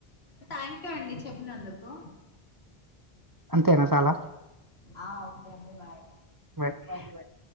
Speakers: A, on the left; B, on the right.
A: థ్యాంక్యూ అండి చెప్పినందుకు
B: అంతేన సాల
A: ఆ ఓకే అండి బాయ్
B: బాయ్ బాయ్